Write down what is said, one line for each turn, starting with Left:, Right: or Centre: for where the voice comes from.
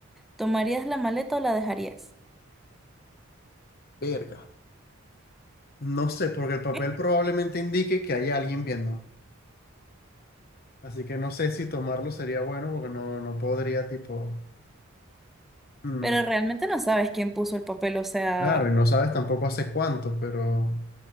Centre: ¿Tomarías la maleta o la dejarías?
Left: Verga. No sé, porque el papel
Centre: <laughs>
Left: probablemente indique que hay alguien viéndome. Así que no sé si tomarlo sería bueno porque no, no podría, tipo. mm,
Centre: Pero realmente no sabes quién puso el papel, o sea,
Left: Claro, y no sabes tampoco hace cuánto, pero.